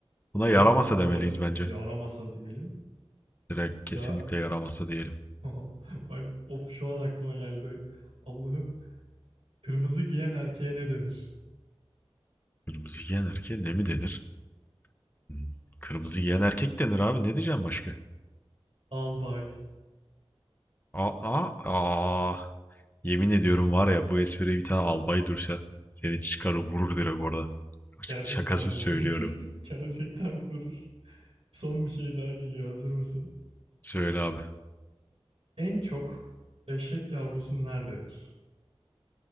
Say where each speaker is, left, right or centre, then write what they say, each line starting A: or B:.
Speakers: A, on the right; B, on the left.
A: O
B: Buna
A: zaman
B: yaramasa
A: biz bunlara
B: demeliyiz bence.
A: yaramasa diyelim.
B: Direkt
A: Bir
B: kesinlikle
A: daha
B: yaramasa diyelim.
A: <laughs> bak of şu an aklıma geldi. Allah'ım Kırmızı giyen erkeğe ne denir?
B: Kırmızı giyen erkeğe ne mi denir? Hı. Kırmızı giyen erkek denir abi ne diyeceğim başka?
A: Albay.
B: Aa, aa. Yemin ediyorum var ya bu espriyi bir tane albay dursa seni çıkarır vurur direkt orada.
A: Gerçekten
B: Şakasız
A: vurur.
B: söylüyorum.
A: <laughs> Gerçekten vurur. Son bir şey daha geliyor. Hazır mısın?
B: Söyle abi.
A: En çok eşek yavrusu nerededir?